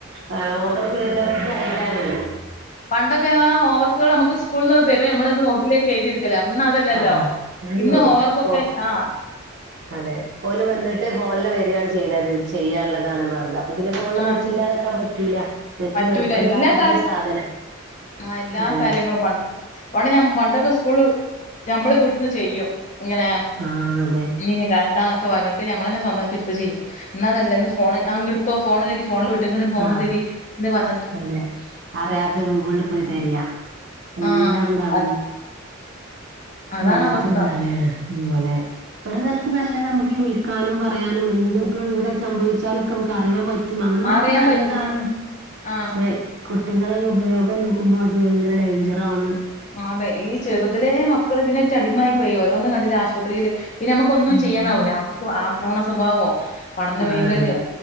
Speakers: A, on the right (about 60°); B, on the left (about 35°).
A: ആ ഹോം വർക്ക്‌ വരുന്നതൊക്കെ <unintelligible>
B: പണ്ടൊക്കെ എന്ന് പറഞ്ഞാ ഹോംവർക്കുകൾ നമുക്ക് സ്കൂളീന്ന് തരുവേയും നമ്മളത് നോട്ടിലേക്ക് എഴുതി എടുക്കും അന്ന് അതല്ലല്ലോ
A: ആഹ് ഉം
B: ഇന്ന് ഹോം വർക്കൊക്കെ
A: ഓ
B: ആ
A: അതെ ഓല് വന്നിട്ട് ഫോണില് വരികയാണ് ചെയ്യണത് ഇത് ചെയ്യാനുള്ളതാണ് എന്ന് പറഞ്ഞിട്ട് അപ്പൊ പിന്നെ ഫോണില്
B: ആഹ്
A: നെറ്റ് ഇല്ലാതാക്കാൻ പറ്റൂല നെറ്റ്
B: പറ്റൂല
A: നിർബന്ധാക്കപ്പെട്ട
B: എല്ലാ കാര്യം
A: ഒരു സാധനാ
B: ആ എല്ലാ
A: അതെ
B: കാര്യങ്ങളും പ പണ്ട് ഞ പണ്ടൊക്കെ സ്കൂള് ഞമ്മള് വീട്ടീന്ന് ചെയ്യും ഇങ്ങനെ
A: ആഹ് അതെ
B: ഇങ്ങനൊക്കെയാണ് ഇതാന്നൊക്കെ പറഞ്ഞിട്ട് ഞമ്മള് തന്നെ സ്വന്തമായിട്ട് എടുത്ത് ചെയ്യും ഇന്നതല്ല ഇന്ന് ഫോണ് ആ ഇങ്ങെടുത്തോ ഫോണ് തരിൻ ഫോൺ വിട്ടേക്കണ് ഫോണ്
A: ആഹ്
B: തരിൻ എന്ന് പറ
A: അതെ അറിയാത്തത് ഗൂഗിളിൽ പോയി തെരയാ എല്ലാം
B: ആ
A: എന്താണല്ലോ
B: അ- അതാണ്
A: അങ്ങനത്തെ
B: അവസ്ഥ
A: ഒരു കാലമാണ് അതെ ഒരു നെലക്ക് നല്ലതാ നമുക്ക് ഈ വിളി നും പറയാനും എന്തൊക്കെ ഇ ഇവിടെ സംഭവിച്ചാലും ഒക്കെ നമുക്ക് അറിയാൻ പ റ്റും അങ്ങനെ നോക്കുമ്പോ
B: അറിയാൻ
A: നല്ലതാണ്
B: പറ്റും ആ
A: പക്ഷേ കുട്ടികളെ ഈ ഉപയോഗം നോക്കുമ്പോ അത് ഭയങ്കര ഡേഞ്ചറ് ആണ്
B: ആഹ് അതെ ഈ ചെറുതിലെ മക്കൾ ഇതിനെറ്റ അടിമയായി പോയി ഓരോന്ന് കണ്ടില്ലേ ആശുപത്രീല് പിന്നെ നമുക്കൊന്നും
A: ഉം
B: ചെയ്യാനാവൂല്ല മക്കക്ക് ആക്രമണ സ്വഭാവമോ പഠന
A: ആ
B: വൈകല്യവോ
A: അതെ